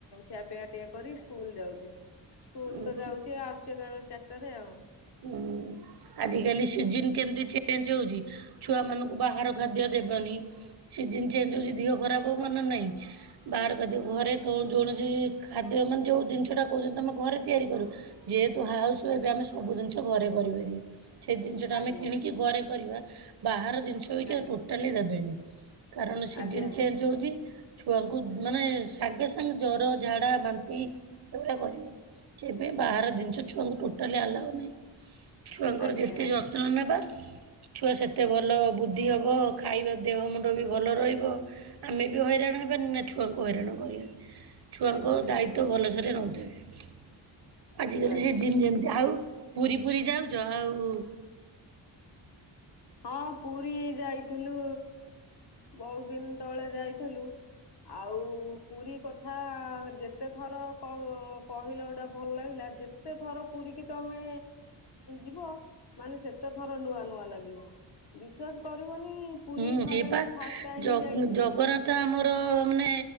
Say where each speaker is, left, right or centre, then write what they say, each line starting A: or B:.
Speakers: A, on the left; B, on the right.
A: ଖିଆପିଆ ଟଟିଆ କରି ସ୍କୁଲ ଯାଉଛି। ସ୍କୁଲ
B: ମନ
A: ତ ଯାଉଛି ଆସୁଛି ଚାରିଟାରେ ଆଉ।
B: ହୁଁ <inaudible> ଆଜି କାଲି ସିଜନ କେମିତି ଚେଞ୍ଜ ହଉଛି ଛୁଆ ମାନଙ୍କୁ ବାହାର ଖାଦ୍ୟ ଦେବନି। ସିଜନ ଚେଞ୍ଜ ହଉଛି ଦେହ ଖରାପ ହ ମାନ ନାଇଁ। ବାହାର ଖାଦ୍ୟ ଘରେ କୌଣସି ଖାଦ୍ୟ ମାନେ ଯେଉଁ ଜିନିଷଟା କହୁଛନ୍ତି ତୁମେ ଘରେ ତିଆରି କରୁ। ଯେହେତୁ ହଉଛୁ ଏବେ ଆମେ- ସବୁ ଜିନିଷ ଘରେ କରିପାରିବା ସେଇ ଜିନିଷ ଟା
A: ଆଜ୍ଞା
B: ଆମେ କିଣିକି ଘରେ କରିବା ବାହାର ଜିନିଷ ସେଗୁଡା
A: ଆଜ୍ଞା
B: ତୋଟାଳି ଦେବେନି ନି କାରଣ ସିଜିନି
A: ଆଜ୍ଞା
B: ଚେଞ୍ଜ ହଉଛି। ଛୁଆଙ୍କୁ ମାନେ ସାଙ୍ଗେ ସାଙ୍ଗେ ଜର ଝାଡା ବାନ୍ତି ଏଗୁଡା କରିବ। ସେଇପାଇଁ ବାହାର ଜିନିଷ ଛୁଆଙ୍କୁ ଟୋଟାଲି ଆଲାଉ ନାହିଁ ଛୁଆଙ୍କର
A: ଆଜ୍ଞା
B: ଯେତେ। ହ ନବା। ଛୁଆ ସେତେ ଭଲ ବୁଦ୍ଧି ହବ ଖାଇବା ଦେହ ମୁଣ୍ଡ ବି ଭଲ ରହିବ। ଆମେ ବି ହଇରାଣ ହେବାନି ନା ଛୁଆଙ୍କୁ ହଇରାଣ କରିବାନି। ଛୁଆଙ୍କ
A: ଆଜ୍ଞା ଆଜ୍ଞା
B: ଦାୟିତ୍ଵ ଭଲସରେ ନେଉଥିବେ ଆଜିକାଲି
A: ଆଜ୍ଞା।
B: ସେ ଜିନ ଯେମିତି ଆଉ। ପୁରୀ ପୁରୀ ଯାଉଛ ଆଉ।
A: ହଁ ପୁରୀ ଯାଇଥିଲୁ ବହୁତ ଦିନ ତଳେ ଯାଇଥିଲୁ। ଆଉ ପୁରୀ କଥା ଯେତେ ଥର କହିଲ ଗଟା ଭଲ ଲାଗିଲା ଯେ। ଯେତେ ଥର ପୁରୀିକି ତମେ ଯିବ ମାନେ ସେତେ ଥର ନୂଆ ନୂଆ ଲାଗିବ। ବିଶ୍ଵାସ କରିବନି। ପୁରୀ
B: ହୁଁ
A: ଥରେ
B: ସେ ବା
A: ମୁଁ ଫାଷ୍ଟ ଟାଇମ
B: ଜ
A: ଯାଇଥିଲି
B: ଜଗନ୍ନାଥ। ତ ଆମର ମାନେ